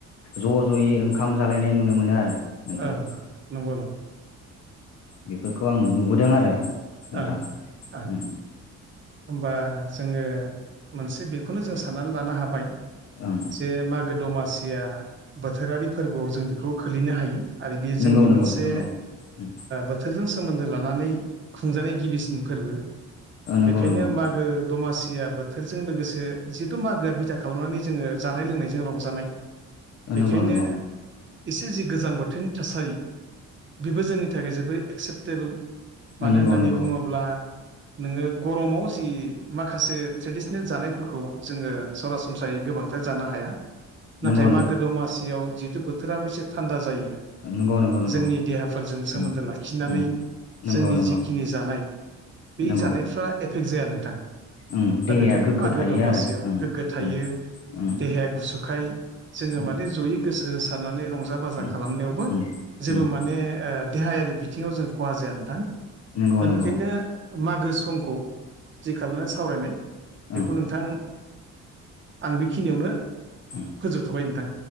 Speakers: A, on the left; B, on the right.
A: ज' ज'यै ओंखाम जालायनाय नुनो मोनो आरो नोंथां
B: ओं ओं नंगौ नंगौ
A: बेफोरखौ आं नुबोदों आरो नोंथां
B: ओं ओं ओं
A: उम
B: होमबा जोङो मोनसे बेखौनो जों साननानै लानो हाबाय
A: ओं
B: जे मागो दमासिया बोथोरारि फोरबोआव जों बेखौ खोलैनो हायो। आरो बेयो
A: नंगौ
B: जोंनि
A: नंगौ
B: मोनसे
A: नंगौ उम
B: बोथोरजों सोमोन्दो लानानै खुंजानाय गिबिसिन फोरबो
A: ओ नंगौ
B: बेखायनो
A: नंगौ
B: मागो दमासि या बोथोरजों लोगोसे जिहेथु मागोआ बिथा खालामनानै जोङो जानाय लोंनायजों रंजानाय बेखायनो
A: नंगौ नंगौ
B: एसे जि गोजां बोथोरनि थासारि बेबो जोंनि थाखाय जोबोर एक्सेप्टेबोल
A: ओ
B: मानो
A: नंगौ
B: होननानै
A: नंगौ
B: बुङोब्ला नोङो गरमाव जि माखासे ट्रेडिसनेल जानायफोरखौ जोङो सरासनस्रायै गोबांथार जानो हाया
A: नंगौ
B: नाथाय मागो दमासियाव जिहेतु बोथोराबो एसे थान्दा जायो।
A: नंगौ नंगौ नंगौ
B: जोंनि देहाफोरजों सोमोन्दो
A: उम
B: लाखिनानै
A: उम नंगौ
B: जोंनि
A: नंगौ
B: जिखिनि जानाय बे
A: नंगौ
B: जानायफ्रा एफेक्ट जाया नोंथां
A: उम देहाया
B: दा बेखायनो
A: गोग्गो
B: मागो
A: थायो
B: दमासियाव
A: आरो उम
B: गोग्गो थायो।
A: उम उम
B: देहाया गुसुखाय जोङो
A: उम
B: माने जयै गोसो होसारनानै रंजा
A: उम
B: बाजा खालामनायावबो
A: उम
B: जेबो
A: उम
B: माने ओ देहायारि बिथिङाव जों खहा जाया नोंथां
A: नंगौ
B: दा
A: नंगौ
B: बेखायनो मागो समखौ जि खालामनाय सावरायनाय
A: ओं
B: बेखौ नोंथां आं बेखिनियावनो
A: ओं
B: फोजोबथ'बाय नोंथां